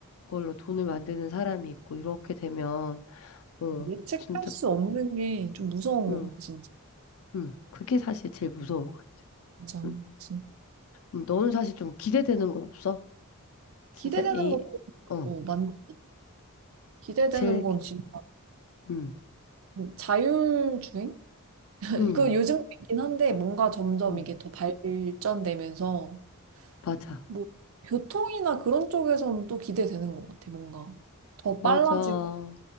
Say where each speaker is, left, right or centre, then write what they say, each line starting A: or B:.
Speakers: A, on the left; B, on the right.
A: 걸로 돈을 만드는 사람이 있고 이렇게 되면 어
B: 예측할
A: 진짜
B: 수 없는 게 좀 무서운
A: 음,
B: 것 같아, 진짜.
A: 음, 그게 사실 제일 무서운 것 같아.
B: 진짜,
A: 음,
B: 진-
A: 음, 너는 사실 좀 기대되는 건 없어? 진짜
B: 기대되는
A: A
B: 것도
A: 어.
B: 어, 많지. 기대되는
A: 제일
B: 건 진짜
A: 응,
B: 자율주행? <laughs>
A: 응,
B: 이거 요즘도 있긴 한데 뭔가 점점
A: 응,
B: 이게 더 발전되면서
A: 맞아,
B: 뭐 교통이나 그런 쪽에서는 또 기대되는 것 같아, 뭔가. 더
A: 맞아.
B: 빨라지고.